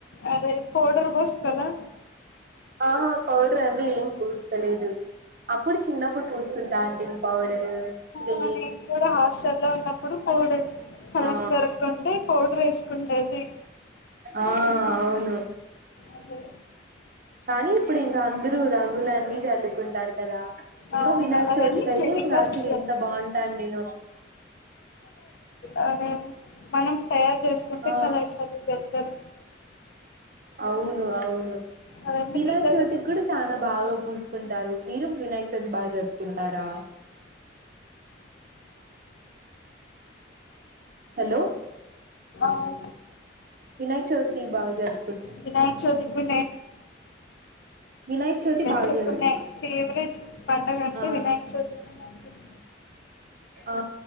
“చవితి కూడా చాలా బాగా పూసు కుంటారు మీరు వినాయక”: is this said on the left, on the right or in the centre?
Right